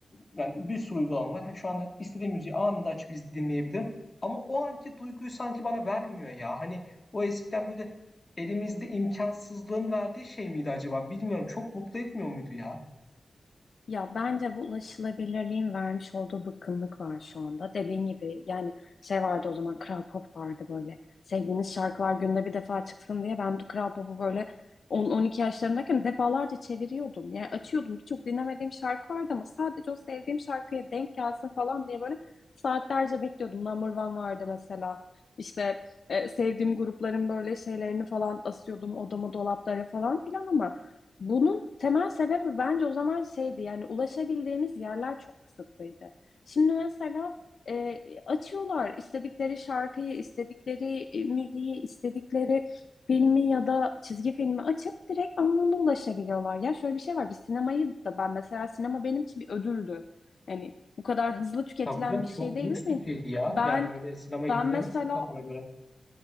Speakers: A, on the left; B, on the left.
A: yani bir sürü uygulama var. Şu anda istediğim müziği anında açıp iz- dinleyebilirim. Ama o anki duyguyu sanki bana vermiyor ya. Hani o eskiden böyle elimizde imkansızlığın verdiği şey miydi acaba? Bilmiyorum. Çok mutlu etmiyor muydu ya?
B: Ya bence bu ulaşılabilirliğin vermiş olduğu bıkkınlık var şu anda. Dediğin gibi yani şey vardı o zaman Kral Pop vardı böyle. Sevdiğiniz şarkılar günde bir defa çıksın diye ben Kral Pop'u böyle 10-12 yaşlarındayken defalarca çeviriyordum. Yani açıyordum birçok dinlemediğim şarkı vardı ama sadece o sevdiğim şarkıya denk gelsin falan diye böyle saatlerce bekliyordum. Number One vardı mesela. İşte e, sevdiğim grupların böyle şeylerini falan asıyordum odama dolaplara falan filan ama bunun temel sebebi bence o zaman şeydi yani ulaşabildiğimiz yerler çok kısıtlıydı. Şimdi mesela e, açıyorlar istedikleri şarkıyı, istedikleri e, müziği, istedikleri filmi ya da çizgi filmi açıp direkt anında ulaşabiliyorlar. Ya şöyle bir şey var bir sinemayı da ben mesela sinema benim için bir ödüldü. Yani bu kadar hızlı tüketilen
A: Tabii canım
B: bir
A: çok
B: şey değil
A: lüks
B: mi?
A: bir şeydi ya.
B: Ben
A: Yani öyle sinemaya
B: ben
A: gidilemez
B: mesela
A: kafana göre.